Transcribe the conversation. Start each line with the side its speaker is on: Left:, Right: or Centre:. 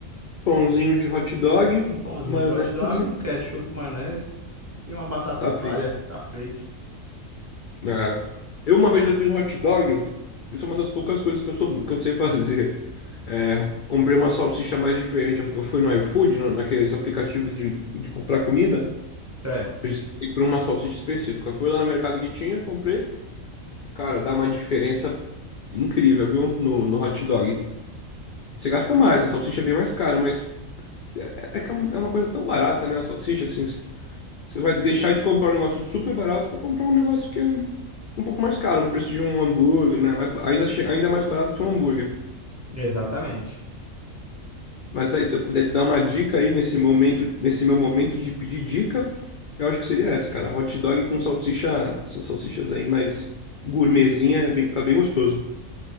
Left: pãozinho de hot dog,
Right: Um pãozinho
Left: maionese,
Right: de hot dog, um ketchup, maionese e uma batata
Left: tá
Right: palha.
Left: feito.
Right: Tá feito.
Left: Ah, eu uma vez eu fiz um hot dog. Isso é uma das poucas coisas que eu sou, que eu sei fazer. É, comprei uma salsicha mais diferente. Eu, eu fui no iFood, na- naqueles aplicativos de, de comprar comida.
Right: Certo.
Left: Pesquisei por uma salsicha específica. Fui lá no mercado que tinha, comprei. Cara, dá uma diferença incrível, viu? No, no hot dog. Você gasta mais, a salsicha é bem mais cara, mas é, é que é um- é uma coisa tão barata, né? A salsicha, assim, você você vai deixar de comprar um negócio super barato para comprar um negócio que é um pouco mais caro, um preço de um hambúrguer, né? Mais, ainda, che- ainda mais barato que um hambúrguer.
Right: Exatamente.
Left: Mas daí, se eu puder te dar uma dica aí nesse momento, nesse meu momento de pedir dica, eu acho que seria essa, cara. Hot dog com salsicha, essas salsichas aí mais gourmetzinha, é bem, fica bem gostoso.